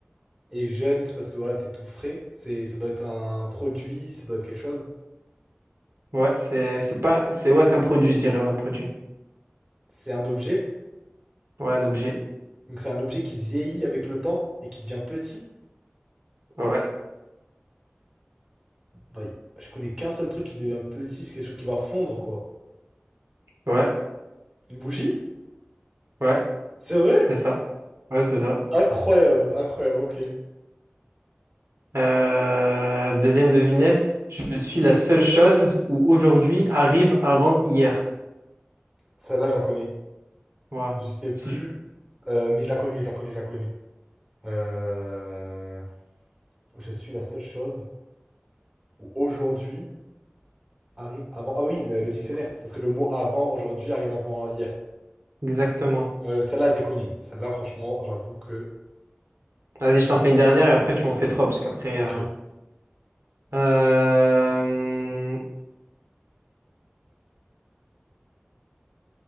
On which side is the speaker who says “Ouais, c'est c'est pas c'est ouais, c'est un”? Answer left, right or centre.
Right